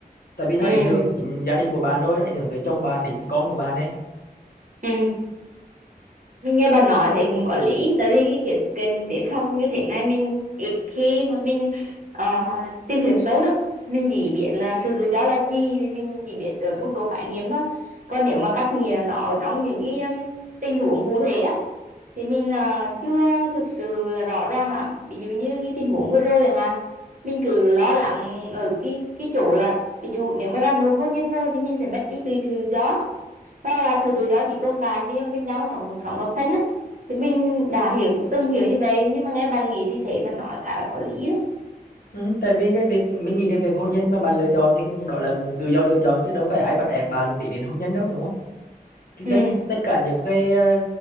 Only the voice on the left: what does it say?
tại vì nó
ảnh hưởng đến gia đình của bạn rồi nó ảnh hưởng tới chồng bạn đến con của bạn ấy
ừ, tại vì cái việc mình nghĩ cái việc hôn nhân mà bạn lựa chọn thì cũng đó là cũng tự do lựa chọn chứ đâu phải ai bắt ép bạn tiến đến hôn nhân đâu đúng không thì
tất tất cả những cái ờ,